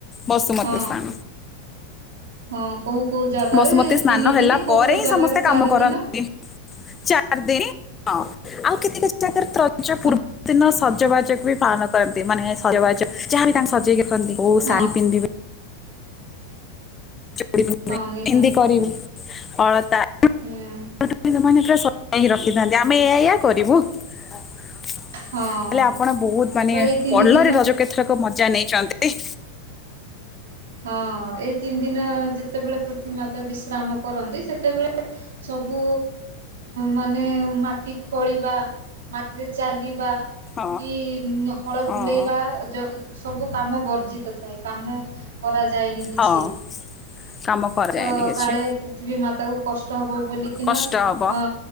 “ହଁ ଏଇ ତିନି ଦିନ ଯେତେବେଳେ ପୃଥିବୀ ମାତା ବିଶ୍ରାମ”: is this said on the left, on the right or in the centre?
Right